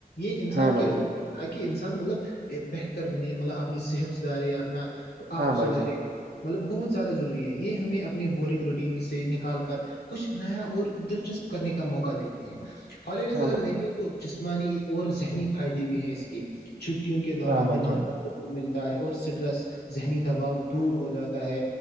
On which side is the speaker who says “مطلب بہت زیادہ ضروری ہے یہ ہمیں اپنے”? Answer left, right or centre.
Left